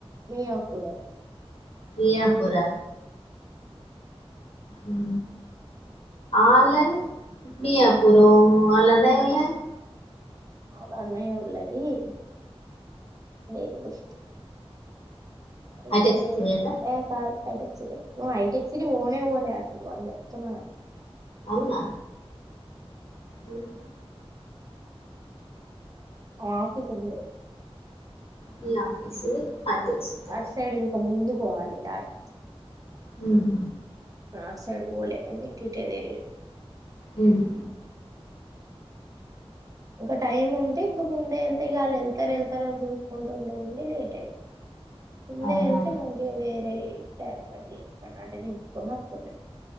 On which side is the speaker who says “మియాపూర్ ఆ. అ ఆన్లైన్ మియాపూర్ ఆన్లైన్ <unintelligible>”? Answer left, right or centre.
Left